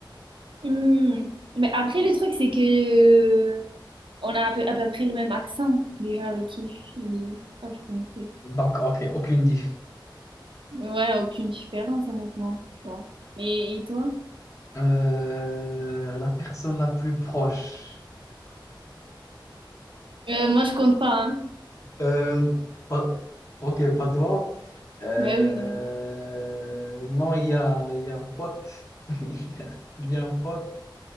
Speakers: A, on the right; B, on the left.
A: Hmm. Mais après, le truc, c'est que euh, on a à peu, à peu près le même accent, les gens avec qui ils- Ah, je compris.
B: Donc, ok, aucune diff.
A: Ouais, aucune différence, honnêtement, tu vois. Et, et toi?
B: Euh, la personne la plus proche.
A: Euh, moi, je compte pas, hein.
B: Euh, pas- ok, pas toi. Euh,
A: Ben oui.
B: non, il y a, il y a un pote. <laughs> Il y a, il y a un pote. Ça